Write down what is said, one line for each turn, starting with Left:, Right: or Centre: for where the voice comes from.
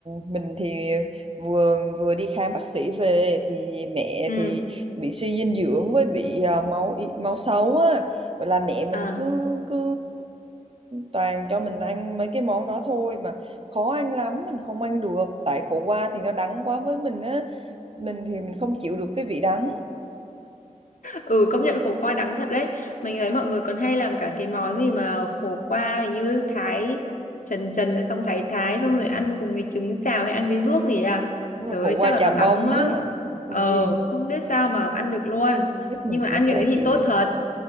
Right: mình thì vừa vừa đi khám bác sĩ về thì mẹ
Left: Ừ.
Right: thì bị suy dinh dưỡng với bị à, máu y- máu xấu á. Vậy là mẹ mình
Left: À.
Right: cứ cứ toàn cho mình ăn mấy cái món đó thôi mà khó ăn lắm, mình không ăn được. Tại khổ qua thì nó đắng quá với mình á. Mình thì mình không chịu được cái vị đắng.
Left: Ừ công nhận khổ qua đắng thật đấy. Mình thấy mọi người còn hay làm cả cái món gì mà khổ qua hình như thái trần trần rồi xong thái thái xong rồi
Right: Ừ,
Left: ăn cùng với trứng xào hay ăn với ruốc gì à.
Right: đúng
Left: Trời
Right: rồi, khổ
Left: ơi,
Right: qua
Left: chắc
Right: chà
Left: là nó đắng
Right: bông
Left: lắm.
Right: á. Ui,
Left: Ờ không biết sao mà ăn được luôn.
Right: khiếp mình
Left: Nhưng mà
Right: cũng
Left: ăn cái
Right: chả
Left: đấy thì
Right: chịu
Left: tốt
Right: được.
Left: thật.